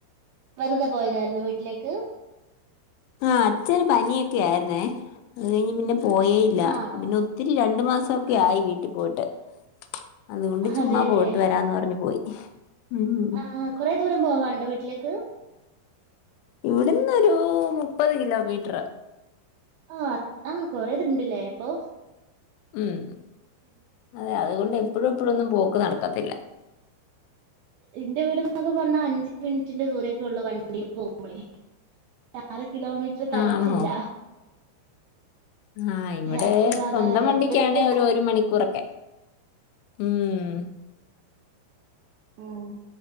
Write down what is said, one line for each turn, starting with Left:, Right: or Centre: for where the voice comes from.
Right: വെറുതെ പോയതായിരുന്നൊ വീട്ടിലേക്ക്
Left: ആഹ് അച്ഛന് പനിയൊക്കെ ആയിരുന്നേ അത് കഴിഞ്ഞ് പിന്നെ പോയേയില്ല
Right: ആണോ
Left: പിന്നെ ഒത്തിരി രണ്ടു മാസമൊക്കെ
Right: ആഹ്
Left: ആയി വീട്ടിൽ പോയിട്ട് അതുകൊണ്ട് ചുമ്മാ
Right: അതെല്ലേ
Left: പോയിട്ട് വരാന്ന് പറഞ്ഞ് പോയി ഉം
Right: ആ കൊറെ ദൂരം പോവാണ്ടോ വീട്ടിലേക്ക്
Left: ഇവിടുന്ന് ഒരു മുപ്പത് കിലോമീറ്റർ
Right: ആ ആ കൊറെദൂരണ്ടല്ലേ അപ്പൊ
Left: ഉം അതെ അ അതുകൊണ്ട് എപ്പഴും എപ്പഴുമൊന്നും പോക്ക് നടക്കത്തില്ല
Right: എന്റെ വീടെന്നൊക്കെ പറഞ്ഞാൽ അഞ്ച് മിനിറ്റിന്റെ ദൂരമൊക്കേയുള്ളൂ വണ്ടിയിൽ പോകുമ്പഴേ ആറ് കിലോമീറ്റർ തെകച്ചില്ല
Left: ആണോ ആഹ് ഇവിടെ
Right: അപ്പൊ അതാ
Left: സ്വന്തം വണ്ടിക്കാണ്
Right: എപ്പഴും പോ
Left: ഒരു ഒരു മണിക്കൂറൊക്കെ ഉം
Right: ഉം